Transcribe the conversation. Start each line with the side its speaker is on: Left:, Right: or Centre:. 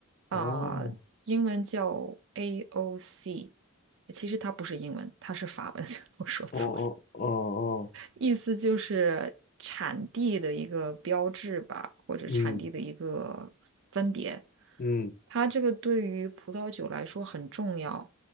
Right: 啊、
Left: 哦，
Right: 英文叫 AOC，其实它不是英文，它是法文，<laughs> 我说错。
Left: 哦哦哦哦，
Right: 了。意思就是产地的一个标志吧，或者产地的一个分别。
Left: 嗯嗯
Right: 它这个对于葡萄酒来说很重要，